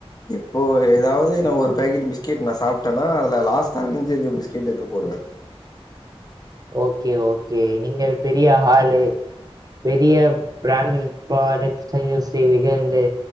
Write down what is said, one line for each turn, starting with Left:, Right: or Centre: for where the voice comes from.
Left: ப்போ ஏதாவது நா ஒரு பேக்கட் பிஸ்கெட் நா சாப்பிட்டன்னா அல லாஸ்ட் அமைஞ்சிருக்க பிஸ்கெட் எத்த போடுவே
Right: ஓகே ஓகே நீங்க பெரிய ஆளு பெரிய பிராண்ட் ப்ராடக்ட்ஸ்தா யூஸ் செய்வீர்கள் இந்து